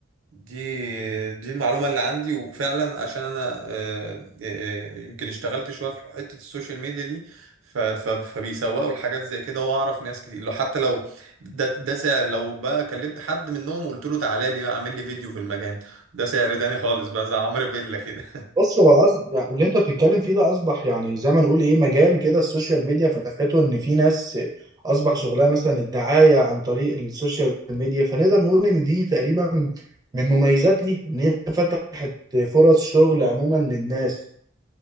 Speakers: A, on the right (about 80°); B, on the right (about 20°).
A: دي دي المعلومة اللي عندي وفعلا عشان انا آه، آه، آه، يمكن اشتغلت شوية في حتة السوشيال ميديا دي ف- ف- فبيسوقوا لحاجات زي كده واعرف ناس كتير لو حتى لو ده ده سعر لو بقى كلمت حد منهم وقلت له تعالى لي بقى اعمل لي فيديو في المكان ده سعر تاني خالص بقى زي عمرو بيلا كده
B: بص هو قصد يعني اللي انت بتتكلم فيه ده اصبح يعني زي ما نقول ايه مجال كده السوشيال ميديا فتحته ان في ناس اصبح شغلها مثلا الدعايه عن طريق السوشيال ميديا فنقدر نقول ان دي تقريبا من مميزات ليها ان هي فتحت فرص شغل عموما للناس